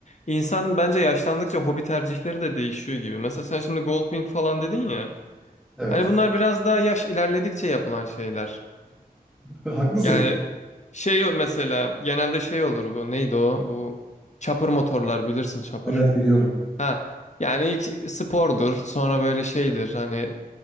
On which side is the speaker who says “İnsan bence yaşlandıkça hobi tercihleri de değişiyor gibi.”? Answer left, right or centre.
Left